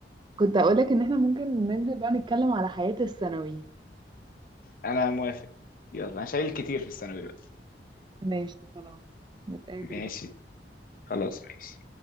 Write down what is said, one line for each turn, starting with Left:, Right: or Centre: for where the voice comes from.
Right: كنت اقولك ان احنا ممكن ننزل بقى نتكلم على حياة الثانوي
Left: انا موافق يلا انا شايل كتير في الثانوي بقى
Right: ماشي خلاص نتقابل
Left: ماشي
Right: بقى
Left: خلاص ماشي